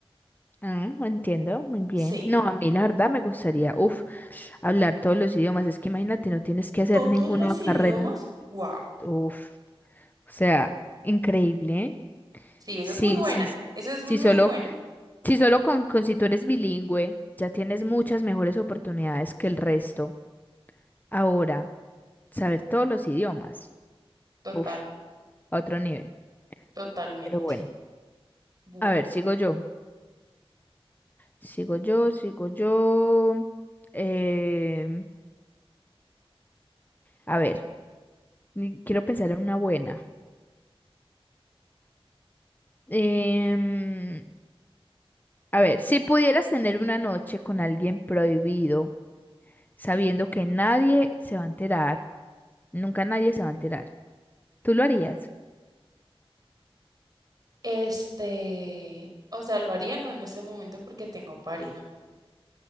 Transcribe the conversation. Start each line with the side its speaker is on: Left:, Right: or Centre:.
Left: Ah, entiendo, muy bien.
Right: Sí,
Left: No, a mí la verdad me gustaría, uf, hablar todos los idiomas. Es que imagínate, no tienes que hacer
Right: todos
Left: ninguna
Right: los
Left: carrera.
Right: idiomas, wow.
Left: Uf, o sea, increíble, ¿eh?
Right: Sí, esa
Left: Sí,
Right: es muy buena,
Left: sí, sí,
Right: esa es
Left: sí,
Right: muy
Left: solo,
Right: buena,
Left: sí, solo con, con si tú eres bilingüe, ya tienes muchas mejores oportunidades que el resto. Ahora, saber todos los idiomas.
Right: total,
Left: Uf, a otro nivel.
Right: totalmente.
Left: Pero bueno,
Right: Bueno,
Left: a ver, sigo yo. Sigo yo, sigo yo. Em, a ver, ni- quiero pensar en una buena. Em, a ver, si pudieras tener una noche con alguien prohibido, sabiendo que nadie se va a enterar, nunca nadie se va a enterar, ¿tú lo harías?
Right: este, o sea, lo haría no en este momento porque tengo pareja.